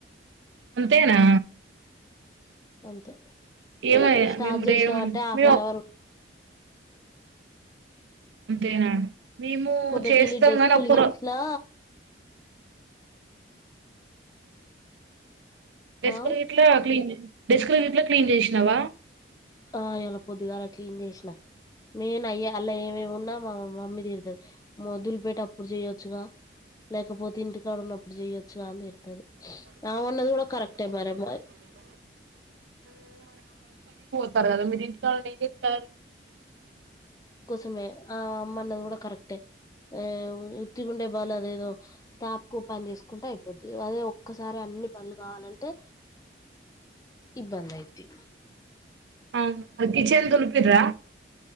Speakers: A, on the right; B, on the left.
A: అంతేనా
B: అంతే
A: ఏమయ్యా
B: స్టార్ట్
A: నేన్
B: చేసినావంటే హాఫ్
A: <unintelligible>
B: అన్ అవర్
A: అంతేనా మేము
B: పొద్దుటిల్లి
A: చేస్తామ్గాని
B: డెస్కులు
A: ఒక్కరో
B: గిట్లా
A: డస్కులు
B: ఆ
A: గిట్లే ఆపి ఉంది డెస్క్ లు గిట్లా క్లీన్ చేసినావా
B: ఆ ఏలా పొద్దిగాలా క్లీన్ జేసినా మేనయ్యా అల్లా ఏమేమిన్నా మా మమమ్మీ తిరతది మొదులు పెట్టి అప్పుడు చెయొచ్చుగా, లేకపోతే ఇంటికాడున్నప్పుడు చెయ్య చ్చుగా అన్ తిడతది ఆమన్నది గూడ కరె మరేమో
A: <unintelligible> మిరి తావ ఎం జుతారు
B: సుమే ఆ అమ్మన్నది గూడ కరెక్టే ఏ ఉత్తిగుండే బలదేదో తాప్కు పని జేస్కుంటే అయ్ పోద్ది అదే ఒక్కసారే అన్ని పన్లు గావాలంటే ఇబ్బందయ్యిద్ది.
A: అవును ఆ కిచెన్ తులిపిర్రా?